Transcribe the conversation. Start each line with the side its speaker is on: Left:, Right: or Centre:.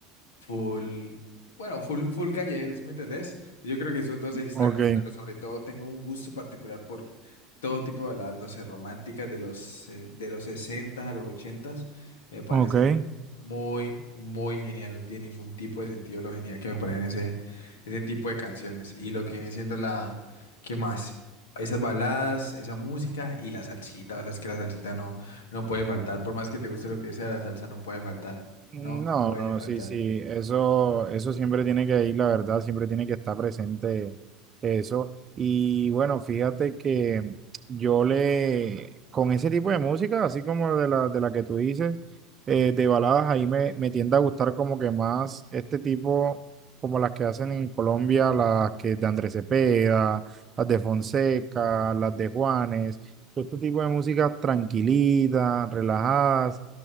Left: full, bueno, full, full callejero, ¿sí me entendés? Yo creo que esos dos extremos,
Right: Ok,
Left: pero sobre todo tengo un gusto particular por todo tipo de baladas, no sé, románticas de los, eh, de los 60 a los 80, me parece
Right: ok.
Left: muy, muy genial, no tiene ningún tipo de sentido lo genial que me parecen ese, ese tipo de canciones y lo que viene siendo la, ¿qué más? Esas baladas, esa música y la salsita, o sea, es que la salsita no, no puede faltar, por más que te guste lo que sea, la salsa no puede faltar,
Right: No,
Left: no puede
Right: no,
Left: faltar.
Right: sí, sí, eso, eso siempre tiene que ir, la verdad, siempre tiene que estar presente eso. Y bueno, fíjate que yo le, con ese tipo de música, así como de la, de la que tú dices, eh, de baladas, ahí me, me tiende a gustar como que más este tipo, como las que hacen en Colombia, las que de Andrés Cepeda, las de Fonseca, las de Juanes, todo este tipo de músicas tranquilitas, relajadas